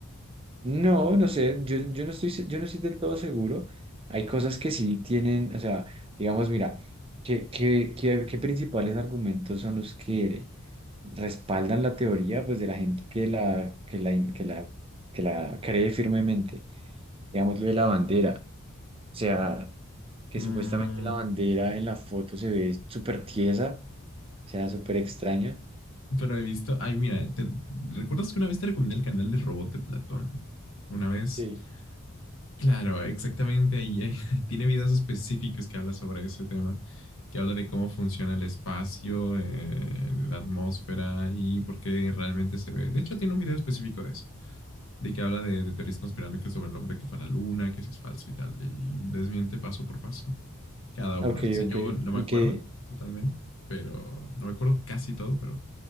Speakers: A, on the right (about 25°); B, on the left (about 60°).
A: No, no sé, yo, yo no estoy, se- yo no estoy del todo seguro. Hay cosas que sí tienen, o sea, digamos, mira, ¿qué, qué, qué, qué principales argumentos son los que respaldan la teoría, pues, de la gente que la, que la, que la, que la cree firmemente? Digamos, lo de la bandera, o sea, que
B: Mm,
A: supuestamente la bandera en la foto se ve súper tiesa, o sea, súper extraña.
B: pero he visto, ay, mira, te, ¿recuerdas que una vez te recomendé el canal de Robot de Platón? Una vez,
A: Sí.
B: claro, exactamente ahí, ahí <laughs> tiene videos específicos que habla sobre ese tema, que habla de cómo funciona el espacio, eh, la atmósfera y por qué realmente se ve. De hecho, tiene un video específico de eso, de que habla de, de teorías conspiranoicas sobre el hombre que fue a la luna, que si es falso y tal, y desmiente paso por paso cada una.
A: Ok,
B: O sea, yo
A: ok.
B: no me
A: ¿Y
B: acuerdo
A: qué,
B: totalmente, pero no me acuerdo casi todo, pero